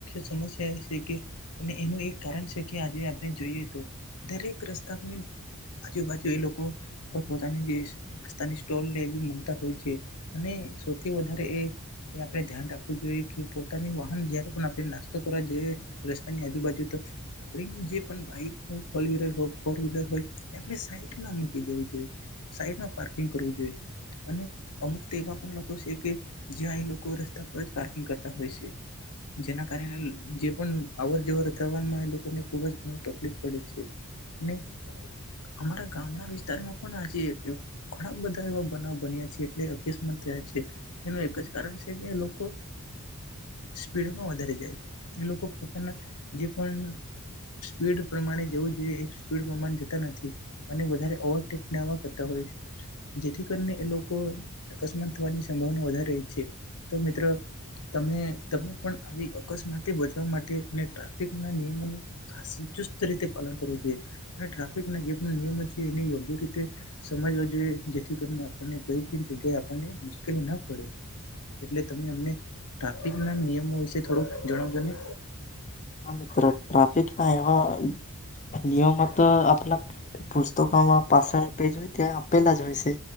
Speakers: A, on the left; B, on the left.
A: સમસ્યા એ છે કે એને. એનું એક કારણ છે કે આજે આપણે જોઈએ તો દરેક રસ્તાની આજુબાજુ એ લોકો પોતપોતાની જે નાસ્તાની સ્ટોલ એ મૂકતા હોય છે. અને સૌથી વધારે એ આપણે ધ્યાન રાખવું જોઈએ કે, પોતાની વાહન જયારે પણ આપણે નાસ્તો કરવા જોઈએ રસ્તાની આજુબાજુ તો આપણી જે પણ બાઈક હોય ફોર વ્લર હોય ફોર વ્હીલર હોય એ આપણે સાઈટમાં મૂકી દેવી જોઈએ સાઈટમાં પાર્કિંગ કરવું જોઈએ, અને અમુક. એવા પણ લોકો છે કે જ્યાં એ લોકો રસ્તા પર જ પાર્કિંગ કરતા હોય છે જેના કારણે જે પણ અવર જવર થવામાં એ લોકોને ખુબ જ ઘણ તકલીફ પડે છે, અને અમારા ગામડા વિસ્તારમાં પણ આજે ઘણા બધા એવા બનાવ બન્યા છે એટલે. કેસ પણ થયા છે, એનું એક જ કારણ છે કે લોકો સ્પીડમાં વધારે જાય એ લોકો પોતાના જે પણ સ્પીડ પ્રમાણે જવું જોઈએ એ સ્પીડ પ્રમાણે જતા નથી અને વધારે ઓવરટેકવા કરતા હોય જેથી કરીને એ લોકો. અકસ્માત થવાની સંભાવના વધારે રહી છે, તો મિત્ર તમે તમે પણ આવી અકસ્માતે બચવા માટે ટ્રાફિક ના નિયમોનું ખાસ ચુસ્ત રીતે પાલન કરવો જોઈએ અને ટ્રાફિકના જે પણ નિયમો છે એને યોગ્ય રીતે સમજવા જોઈએ જેથી કરીને આપને કઈ. જગ્યા આપવાને મુશ્કેલી ના પડે, એટલે તમે અમને ટ્રાફિક ના નિયમો વિશે થોડુંક જણાવજો ને?
B: હા મિત્ર ટ્રાફિક ના એવા નિયમો તો આપણા પુસ્તકોમાં પાછળ પેજ હોય ત્યાં આપેલા જ હોય છે,